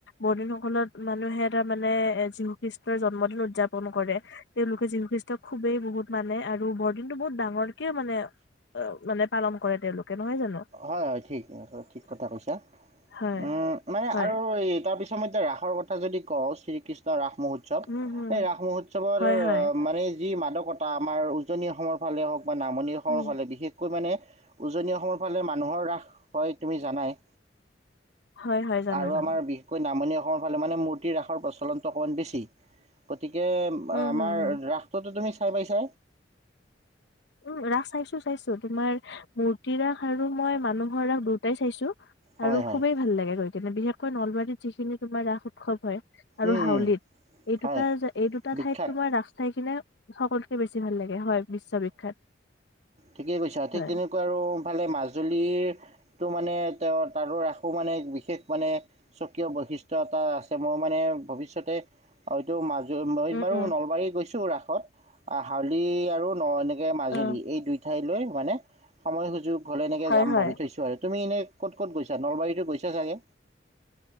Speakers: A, on the left (about 65°); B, on the right (about 35°).
A: বৰদিনসকলত মানুহে। এটা মানে এ যিৰীষ্ট। জন্মদিন উদযাপন কৰে তেওঁলোকে যীশু খ্ৰীষ্টক খুবেই বহুত মানে আৰু বৰদিনতটো বহুত ডাঙৰকেও মানে মানে পালন কৰে তেওঁলোকে? নহয় জানো
B: হয় হয় ঠিক ঠিক কথা কৈছা
A: হয়
B: উ মানে
A: হয়
B: আৰু তাৰপিছত। ৰাসৰ কথা যদি কওঁ শ্ৰীকৃষ্ণ ৰাস। মহোৎসৱ
A: উম হম
B: এই ৰাস মহোৎসৱৰ
A: হয় হয়
B: অ মানে। যি মানকতা আমাৰ উজনি অসমৰ ফালে হওক। নামনিৰখনৰ
A: উম
B: ফালে বিশেষকৈ মানে। উজনি অসমত। মানুহৰ ৰাস হয় তুমি। জানায়।
A: হয় হয় জানো
B: আৰু
A: জানো
B: আমাৰ বিশেষকৈ নামনি। আমাৰ ফালে মানে মূৰ্তি ৰাসৰ প্ৰচলনটো অকণমান বেছি। গতিকে
A: উম
B: আমাৰ
A: হম হম
B: ৰাস তুমি। চাই পাইছে।
A: উম, ৰাস চাইছো চাইছো তোমাৰ মূৰ্তি ৰাস আৰু মই মানুহৰ ৰাস দুয়োটাই চাইছো?
B: হয়
A: আৰু
B: হয়
A: খুবেই ভাল লাগে গৈ। তেনে বিশেষকৈ নলবাৰীত যিখিনি তোমাৰ ৰাস উৎসৱ হয়। আৰু
B: উম উম
A: হাউলিত এই
B: হয়
A: দুটা এই দুটা
B: বিখ্যাত
A: ঠাইত তোমাৰ ৰাস চাই কিনে। সকলোকে বেছি ভাল লাগে। হয় বিশ্ববিখ্যাত?
B: ঠিকেই কৈছা
A: হয়
B: ঠিক তেনেকুৱা আৰুফালে মাজুলীৰ। মানে তেওঁ তাৰো ৰাসো মানে বিশেষ মানে স্বকীয় বৈশিষ্ট্য় এটা আছে মই মানে ভৱিষ্যতে হয়টো মা। মই
A: উম
B: বাৰু
A: উম
B: নলবাৰী গৈছো ৰাসত। আ হাউলি আৰু ন এনেক <unintelligible> কে মাজুলী
A: অ
B: এই দুই- উঠাই লৈ মানে সময় সুযোগ গ'লে একে
A: হয়
B: যাম
A: হয়
B: ভাবি থৈছো আৰু তুমি এনে ক'ত ক'ত গৈছা নলবাৰীতো গৈছা চাগে